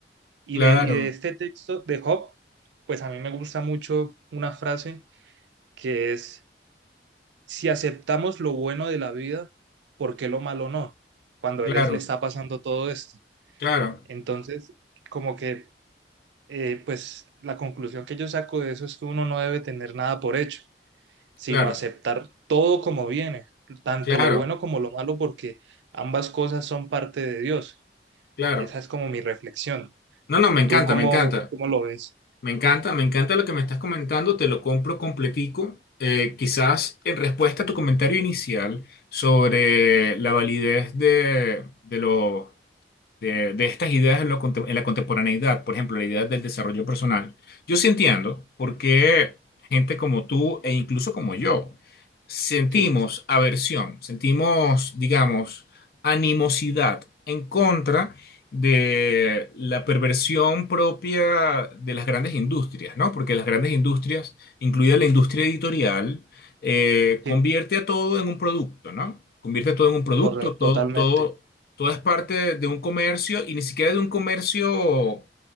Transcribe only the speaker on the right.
Y
de, y de este texto de Job, pues a mí me gusta mucho una frase que es si aceptamos lo bueno de la vida, ¿por qué lo malo no? Cuando
él es- le está pasando todo esto.
Entonces, como que, eh, pues la conclusión que yo saco de eso es que uno no debe tener nada por hecho, sino
aceptar todo como viene, tanto
lo bueno como lo malo, porque ambas cosas son parte de Dios.
Esa es como mi reflexión.
¿Tú cómo,
cómo lo ves?
Sí,
sí,
correcto,
totalmente,